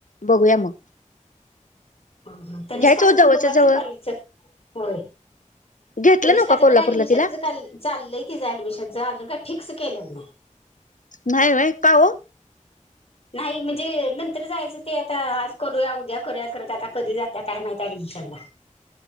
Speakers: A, on the left; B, on the left.
A: बघूया मग
B: ह ह तनिष्काचं
A: घ्यायचं ओ जवळच्या
B: पण बघु आता
A: जवळ
B: कॉलेजच होय
A: घेतलं
B: तनिषकाचं
A: नव्ह का कोल्हापूरला
B: पण ऍडमिशनच
A: तिला
B: चाललंय तिचं ऍडमिशनच अजून काय फिक्स केलं नाय.
A: नाही व्हयं कांओ.
B: नाही म्हणजे नंतर जायचं, ते आता आज करूया उद्या करूया, करत आता कधी जात्या काय माहित ऍडमिशनला.